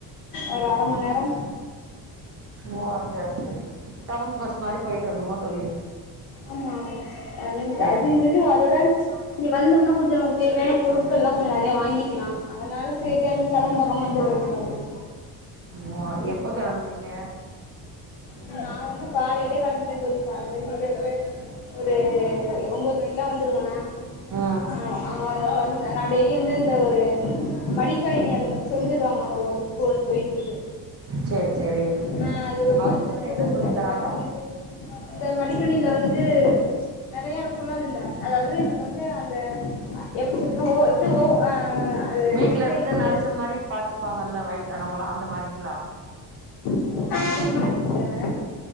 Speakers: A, on the left; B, on the right.
A: ஒரு அர மண் நேரம்
B: ஓ சரி சரி டவுன் பஸ் மாரி போயிட்டு வரணுமா தோழி
A: ஆமா ஆமா அ
B: சேரி
A: அது இது அதோடன் இங்க வந்தோம்னா கொஞ்ச நமக்கு தேவையான பொருட்கள்லா கொஞ்ச நெறையா வாங்கிக்லா அதனால சேரி அந்த செரம பாக்காம வந்தர்றது கெளம்பி
B: ஓ எப்ப கெளம்புனீங்க
A: நா வந்து காலைலே கெளம்பிட்டே தோழி கால்ல வீட்ல இருந்து ஒரு ஒம்போது மணிக்குலா வந்துருவே
B: ஆ
A: ஆ அங்க வர வந் நா டெய்லி வந்து அந்த ஒரு மடிக்கணினி அதப் பத்தி சொல்லித் தருவாங்க ஒரு வகுப்புன் பொயிட்ருக்கு
B: சேரி சேரி
A: ஆ அது ஒரு
B: வகுப்புல
A: பத்து டூ
B: என்ன சொல்லி
A: அது
B: தராங்க
A: பத்துலந்து ஒரு இந்த மடிக்கணினில வந்துட்டு நெறையா இருக்குல அதுல அதாது எனக்கு வந்து அந்த எப்டி சொல்லது ஓ எப்டி ஓ ஆ அது
B: வீட்ல
A: எப்டி
B: இருந்து
A: இது
B: நர்ஸு மாரி பாத்துப்பாங்கல்ல வயசானவங்களா அந்த மாரிங்ளா
A: அந்த மாரி இல்ல